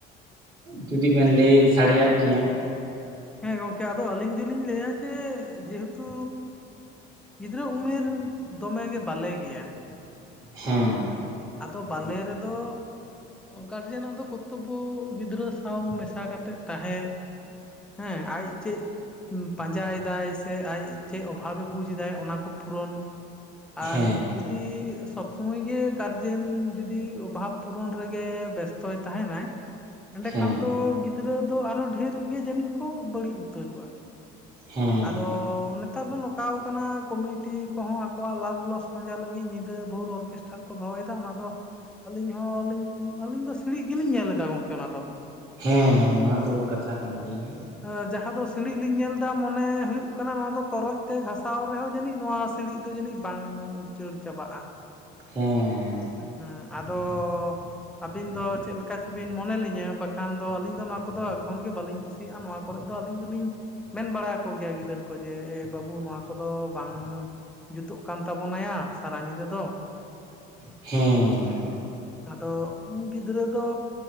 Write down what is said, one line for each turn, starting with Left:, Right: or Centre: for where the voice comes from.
Right: ᱡᱩᱫᱤ ᱵᱤᱱ ᱞᱟᱹᱭ ᱥᱟᱰᱮᱭᱟᱜ ᱠᱮᱭᱟ ᱾
Centre: ᱦᱮᱸ ᱜᱚᱝᱠᱮ ᱟᱫᱚ ᱟᱹᱞᱤᱧ ᱫᱚᱞᱤᱧ ᱞᱟᱹᱭᱟ ᱡᱮ ᱡᱮᱦᱮᱛᱩ ᱜᱤᱫᱽᱨᱟᱹ ᱩᱢᱮᱨ ᱫᱚᱢᱮ ᱜᱮ ᱵᱟᱞᱮ ᱜᱮᱭᱟ ᱾
Right: ᱦᱮᱸ᱾
Centre: ᱟᱫᱚ ᱵᱟᱞᱮ ᱨᱮᱫᱚ ᱜᱟᱨᱡᱮᱱᱟᱜ ᱫᱚ ᱠᱚᱨᱛᱚᱵᱚ ᱜᱤᱫᱽᱨᱟᱹ ᱥᱟᱶ ᱢᱮᱥᱟ ᱠᱟᱛᱮᱫ ᱛᱟᱦᱮᱸ ᱦᱮᱸ ᱟᱡ ᱪᱮᱫ ᱯᱟᱸᱡᱟ ᱭᱮᱫᱟᱭ ᱥᱮ ᱟᱡ ᱪᱮᱫ ᱚᱵᱷᱟᱵᱽ ᱮ ᱵᱩᱡᱽ ᱮᱫᱟ ᱚᱱᱟ ᱠᱚ ᱯᱩᱨᱩᱱ
Right: ᱦᱮᱸ
Centre: ᱟᱨ ᱡᱩᱫᱤ ᱥᱚᱵ ᱥᱚᱢᱚᱭ ᱜᱮ ᱠᱟᱨᱡᱮᱱ ᱡᱩᱫᱤ ᱚᱵᱷᱟᱵᱽ ᱯᱩᱨᱚᱱ ᱨᱮᱜᱮ ᱵᱮᱥᱛᱚᱭ ᱛᱟᱦᱮᱱᱟᱭ ᱮᱸᱰᱮᱠᱷᱟᱱ
Right: ᱦᱮᱸ
Centre: ᱫᱚ ᱜᱤᱫᱽᱨᱟᱹ ᱫᱚ ᱟᱨᱦᱚ ᱰᱷᱮᱨ ᱜᱮ ᱡᱟᱹᱱᱤᱡ ᱠᱚ ᱵᱟᱹᱲᱤᱡ ᱩᱛᱟᱹᱨᱚᱜᱼᱟ ᱾
Right: ᱦᱮᱸ
Centre: ᱟᱫᱚ ᱱᱮᱛᱟᱨ ᱫᱚ ᱱᱚᱝᱠᱟ ᱠᱟᱱᱟ ᱠᱚᱢᱤᱴᱤ ᱠᱚᱦᱚᱸ ᱟᱠᱚᱣᱟᱜ ᱞᱟᱵᱷ ᱞᱚᱥ ᱯᱟᱸᱡᱟ ᱞᱟᱹᱜᱤᱫ ᱧᱤᱫᱟᱹ ᱵᱷᱳᱨ ᱚᱨ ᱚᱨᱠᱮᱥᱴᱟᱨ ᱠᱚ ᱫᱚᱦᱚ ᱮᱫᱟ ᱚᱱᱟ ᱫᱚ ᱾ ᱟᱹᱞᱤᱧ ᱦᱚᱸ ᱟᱹᱞᱤᱧ ᱟᱹᱞᱤᱧ ᱫᱚ ᱥᱤᱲᱤᱡ ᱜᱮᱞᱤᱧ ᱧᱮᱞ ᱮᱫᱟ ᱜᱚᱝᱠᱮ ᱚᱱᱟ ᱫᱚ ᱾
Right: ᱦᱮᱸ ᱱᱚᱶᱟ ᱫᱚ ᱠᱟᱛᱷᱟ ᱠᱟᱱ ᱜᱮᱭᱟ ᱾
Centre: ᱟᱹᱻ ᱡᱟᱦᱟᱸ ᱫᱚ ᱥᱤᱲᱤᱡ ᱞᱤᱧ ᱧᱮᱞ ᱮᱫᱟ ᱾ ᱢᱚᱱᱮ ᱦᱩᱭᱩᱜ ᱠᱟᱱᱟ ᱱᱚᱣᱟ ᱫᱚ ᱛᱚᱨᱚᱡ ᱛᱮ ᱜᱷᱟᱥᱟᱣ ᱨᱮᱦᱚᱸ ᱡᱟᱹᱱᱤᱡ ᱱᱚᱣᱟ ᱥᱤᱲᱤᱡ ᱫᱚ ᱡᱟᱹᱱᱤᱡ ᱵᱟᱝ ᱩᱪᱟᱹᱲ ᱪᱟᱵᱟᱜ-ᱟ ᱾
Right: ᱦᱮᱸ
Centre: ᱦᱮᱸ ᱟᱫᱚ ᱟᱹᱵᱤᱱ ᱫᱚ ᱪᱮᱫ ᱞᱮᱠᱟ ᱪᱚ ᱵᱤᱱ ᱢᱚᱱᱮ ᱞᱤᱧᱟᱹ ᱵᱟᱠᱷᱟᱱ ᱫᱚ ᱟᱹᱞᱤᱧ ᱫᱚ ᱚᱱᱟ ᱠᱚᱫᱚ ᱮᱠᱫᱚᱢ ᱜᱮ ᱵᱟᱹᱞᱤᱧ ᱠᱩᱥᱤᱭᱟᱜ-ᱟ ᱱᱚᱣᱟ ᱠᱚᱨᱮᱫ ᱫᱚ ᱟᱹᱞᱤᱧ ᱫᱚᱞᱤᱧ ᱢᱮᱱ ᱵᱟᱲᱟ ᱠᱚᱜᱮᱭᱟ ᱜᱤᱫᱟᱹᱨ ᱠᱚ ᱡᱮ ᱵᱟᱹᱵᱩ ᱱᱚᱣᱟ ᱠᱚᱫᱚ ᱵᱟᱝ ᱡᱩᱛᱩᱜ ᱠᱟᱱ ᱛᱟᱵᱚᱱᱟᱭᱟ ᱥᱟᱨᱟ ᱧᱤᱫᱟᱹ ᱫᱚ ᱾
Right: ᱦᱮᱸ
Centre: ᱟᱫᱚ ᱩᱱ ᱜᱤᱫᱽᱨᱟᱹ ᱫᱚ